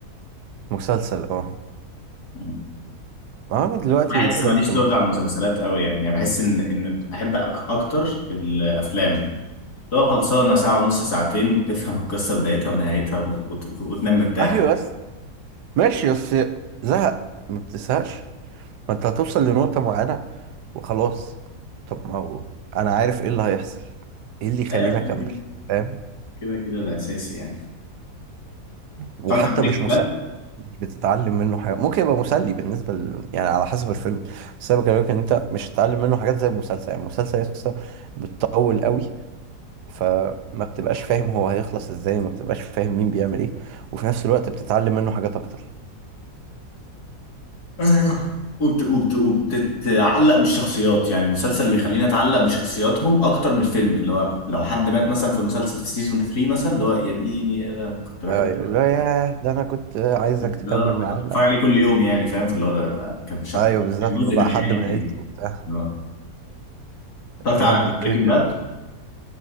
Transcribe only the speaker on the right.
مسلسل اه
ما انا دلوقتي
بدأت
المسلسلات
ايوه بس ماشي بس زهق ما بتزهقش ما انت هتوصل لنقطة معينة وخلاص طب ما هو انا عارف ايه اللي هيحصل ايه اللي يخليني
اكمل
فاهم
وحتى
مش مسلي
مش بتتعلم منه حاجة ممكن يبقى مسلي بالنسبة ل... يعني على حسب الفيلم بس انا بكلمك ان انت مش هتتعلم منه حاجات زي المسلسل يعني المسلسل لسه بتطول قوي فما بتبقاش فاهم هو هيخلص ازاي ما بتبقاش فاهم مين بيعمل ايه وفي نفس الوقت بتتعلم منه حاجات اكتر
لا لا يا ده انا كنت عايزك
تكمل معانا
ايوه بالظبط
لو بقى
حد من عيلتي
وبتاع
لا
لا
كده كده